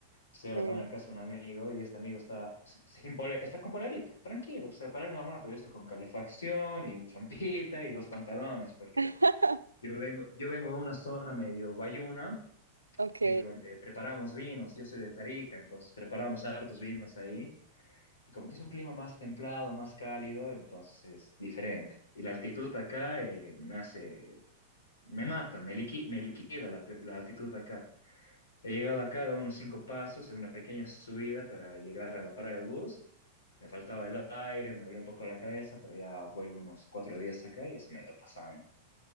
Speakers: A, on the left; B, on the right.
A: Estoy alojado
B: Eh,
A: en la casa de un amigo y este amigo está, sin pole- está con polerita, tranquilo, o sea, para él normal, pero yo estoy con calefacción y champita y dos pantalones, porque
B: <laughs>
A: yo vengo, yo vengo de una zona medio bayuna,
B: ok,
A: que donde preparamos vinos, yo soy de Tarija, entonces preparamos hartos vinos ahí, y como que es un clima más templado, más cálido, entonces es diferente. Y la altitud acá eh, me hace, me mata, me liqui- me liquida la, te- la altitud acá. He llegado acá, he dado unos cinco pasos en una pequeña subida para llegar a la parada de bus. Me faltaba el aire, me dolió un poco la cabeza, pero ya voy unos cuatro días acá y ya se me ha ido pasando.